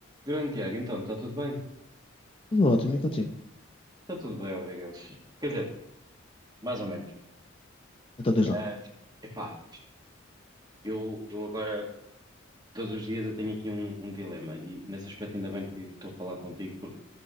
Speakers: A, on the right; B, on the left.
A: Grande Tiago, então, está tudo bem?
B: Tudo ótimo, e contigo?
A: Está tudo bem, obrigado. Quer dizer, mais ou menos.
B: Então, desde
A: Ah,
B: lá.
A: epá, eu, eu agora, todos os dias, eu tenho aqui um, um dilema e nesse aspecto ainda bem que estou a falar contigo, porque